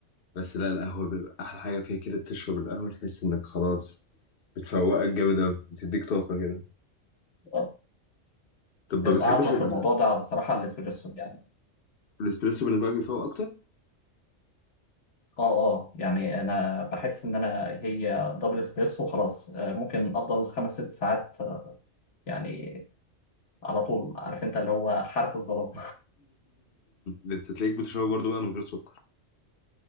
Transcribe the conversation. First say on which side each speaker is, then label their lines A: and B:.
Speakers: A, on the left; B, on the left.
A: بس لا القهوة بيبقى احلى حاجة فيها كده تشرب القهوة تحس انك خلاص بتفوقك جامد قوي بتديك طاقة كده
B: اه
A: طب
B: الاعظم
A: ما بتحبش يعني
B: في الموضوع
A: ال-
B: ده بصراحة الاسبريسو يعني
A: الاسبريسو بالنسبه لك بيفوق اكتر <laughs>
B: اه اه يعني انا بحس ان انا هي دبل اسبريسو خلاص آه، ممكن افضل خمس ست ساعات آه، يعني على طول عارف انت اللي هو حارس الظلام
A: ده انت تلاقيك بتشربه برضه بقى من غير سكر